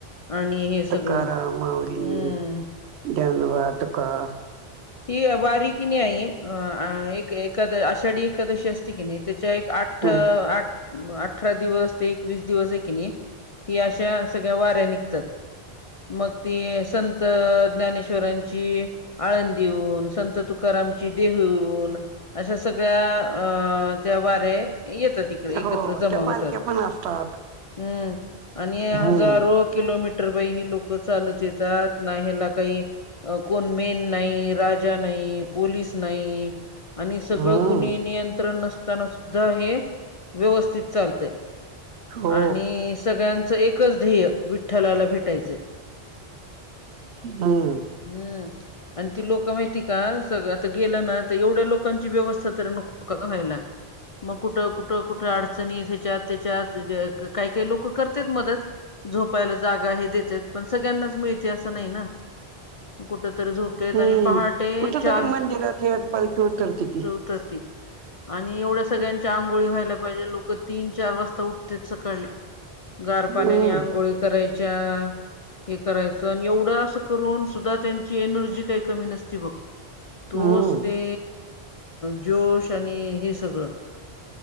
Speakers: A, on the left (about 45°); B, on the right (about 85°).
A: आणि हे
B: तुकाराम
A: सगळं हम्मं.
B: माऊली ज्ञानोबा तुकां
A: ही वारी कि नाहीं आई अं अं एक एकां आषाढी एकादशी असती की नाहीं त्यांच्या एक आठ
B: हम्म
A: ठं आठ अठरा दिवस ते एकवीस दिवसं आहे की नाहीं ही अश्या सगळ्यां वाऱ्यान निघतांत. मंग ते संत ज्ञानेश्वरांची आळंदीहुन संत तुकारामांची देहुहुन अश्या सगळ्यां अं त्यां वाऱ्यां येतांत इकडं एकत्रं
B: हो
A: जमां
B: त्या पालख्या
A: होतांत
B: पण असतात
A: हम्मं आणि हजारो
B: हम्म
A: किलोमीटर रं ही लोकं चालतं येतांत नां हेलां कांहीं कोणं बीण नाहीं राजा नाहीं पोलीस नाहीं आणि सगळं
B: हम्म
A: कुणी नियंत्रण नसतांना सु ध्दां हे व्यवस्थित चालतंय
B: हो
A: आणि हे सगळ्यांचं एकचं ध्येयं विठ्ठलांला भेटायचंय.
B: हम्मं.
A: हम्म आणि ती लोक माहिती का सगळ आता गेलं ना त एवढे लो कांची व्यवस्था तर नको का गं व्हायला? मग कुठं कुठं कुठं आडचणीत हेच्यात तेच्यात काही काही लोक करतेत मदत झोपायला जागा हे देत्यात पण सगळ्यांनाच मिळते असं नाही ना कुठ तर झोप तेत
B: हम्म
A: आणि पहाटे
B: कुठ
A: चार
B: तरी
A: हम्म
B: मंदिरात यात पालखी उतरते की
A: उतरती आणि एवढ सगळ्यांच्या आंघोळी व्हायला पहिले लोक तीन चार वाजता उठते सकाळी गार
B: हम्म
A: पाण्यानी आंघोळी करायच्या, हे करायचं आणि एवढं आसं करून सुद्धा त्यांची एनर्जी काही कमी नसती बघ. तोच
B: हम्म
A: ते जोश आणि हे सगळं.